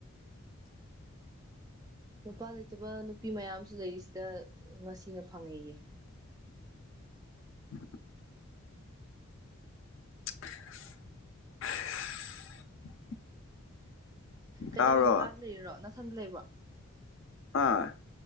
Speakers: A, on the right; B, on the left.
A: ꯅꯨꯄꯥ ꯂꯩꯇꯕ ꯅꯨꯄꯤ ꯃꯌꯥꯝꯁꯨ ꯂꯩꯔꯤꯁꯤꯗ ꯉꯁꯤꯅ ꯐꯪꯉ‌ꯦꯌꯦ꯫
B: <inaudible> <inaudible> <unintelligible>
A: ꯀꯩꯇꯧꯔꯤꯅꯣ
B: ꯇꯥꯕ꯭ꯔꯣ
A: ꯀꯥꯗ ꯂꯩꯔꯤꯔꯣ ꯅꯊꯟꯗ ꯂꯩꯕ꯭ꯔꯣ꯫
B: ꯑꯥ